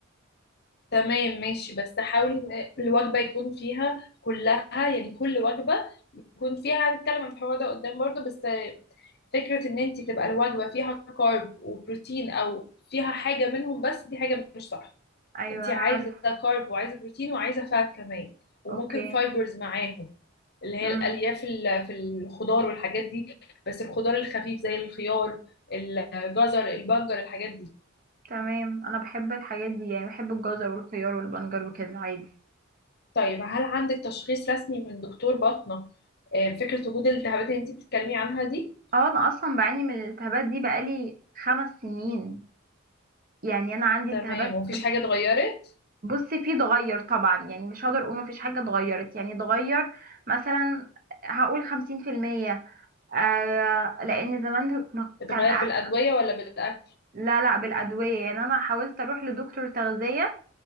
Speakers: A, on the left; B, on the right.
A: تمام ماشي بس حاولي ان الوجبة يكون فيها كلها يعني كل وجبة يكون فيها هنتكلم عن الحوار ده قدام برضو بس فكرة ان انت تبقى الوجبة فيها كارب وبروتين او فيها حاجة منهم بس دي حاجة مش صح
B: ايوه
A: انت
B: انا
A: عايزة
B: عارف
A: كارب وعايزة بروتين وعايزة فات كمان وممكن
B: اوكي
A: فايبرز معاهم اللي هي
B: امم
A: الألياف ال- في الخضار والحاجات دي بس الخضار الخفيف زي الخيار الجزر البنجر الحاجات دي
B: تمام انا بحب الحاجات دي يعني بحب الجزر والخيار والبنجر وكده عادي
A: طيب هل عندك تشخيص رسمي من دكتور باطنة آه، فكرة وجود الالتهابات اللي انتي بتتكلمي عنها دي
B: اه انا اصلا بعاني من الالتهابات دي بقالي خمس سنين يعني انا عندي التهابات
A: تمام ومفيش حاجة اتغيرت
B: بصي في اتغير طبعا يعني مش هقدر اقول مفيش حاجة اتغيرت يعني اتغير مثلا هقول خمسين في المية آه لان زمان ما
A: اتغير
B: كان أ...
A: بالأدوية ولا بالأكل
B: لا لا بالادويه يعني انا حاولت اروح لدكتور تغذيه